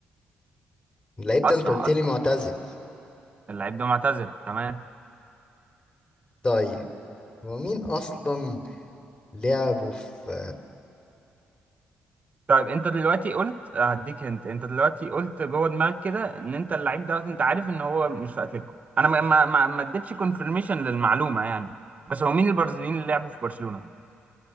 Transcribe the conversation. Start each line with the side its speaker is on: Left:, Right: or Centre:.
Left: اللعيب
Right: أسرع
Left: ده انت قلت
Right: أسرع
Left: لي معتزل
Right: اللعيب ده معتزل تمام
Left: طيب هو مين اصلا لعبه في
Right: طيب انت دلوقتي قلت هديك انت انت دلوقتي قلت جوه دماغك كده ان انت اللعيب دوت انت عارف ان هو مش في اتلتيكو انا ما ما ما ما اديتش كونفirmation للمعلومه يعني بس هو مين البرازيليين اللي لعبوا في برشلونه